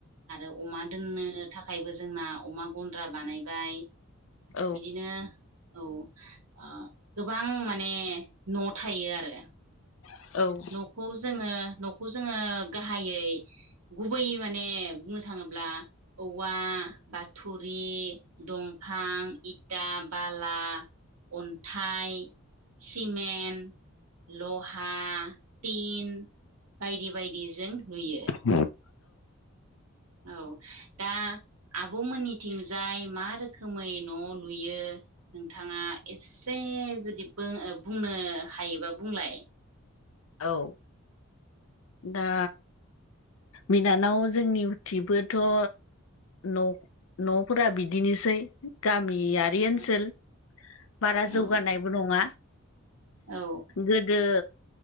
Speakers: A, on the right; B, on the left.
A: आरो अमा दोननो थाखायबो जोंना अमा गन्द्रा बानायबाय
B: औ
A: बिदिनो औ। अ गोबां माने न' थायो आरो
B: <inaudible>
A: न'खौ जोङो न'खौ जोङो गाहायै गुबै माने बुंनो थाङोब्ला औवा बा थुरि, दंफां, इटा, बाला अन्थाइ, सिमेन्ट, लहा पिन बायदि बायदिजों लुयो।
B: <inaudible>
A: औ दा आब' मोननिथिंजाय मा रोखोमै न' लुयो। नोंथाङा एसे जुदि बों बुंनो हायोबा बुंलाय।
B: औ दा बिनानाव जोंनि बोथिंबोथ' न न'फोरा बिदिनोसै गामियारि ओनसोल
A: औ
B: बारा
A: औ
B: जौगानायबो नङा।
A: औ
B: गोदो